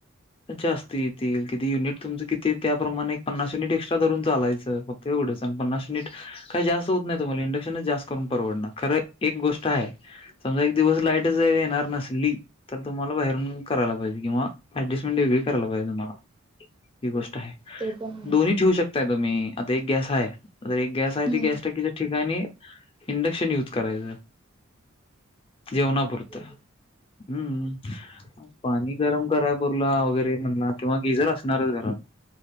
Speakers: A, on the left; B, on the right.
A: जास्त येतील किती? युनिट तुमच किती त्याप्रमाणे एक पन्नास युनिट एक्स्ट्रा धरून चालायचं फक्त एवढंच आणि पन्नास युनिट काही जास्त होत नाही तुम्हाला इंडक्शनच जास्त करून परवडणार. खरं एक गोष्ट आहे समजा एक दिवस लाईटच येणार नसली तर तुम्हाला बाहेरून करायला पाहिजे किंवा ऍडजस्टमेंट वेगळी करायला पाहिजे तुम्हाला. ही गोष्ट
B: ते पण आहेच
A: दोन्ही ठेवू शकताय तुम्ही. आता एक गॅस हाय तर एक गॅसय
B: हम्म
A: तै गॅस टाकीच्या ठिकाणी इंडक्शन युज करायचं. जेवणापुरत
B: चालेल
A: हम्म, पाणी गरम कराय पुरला वगैरे म्हणला किंवा गिजर असणारच घरात.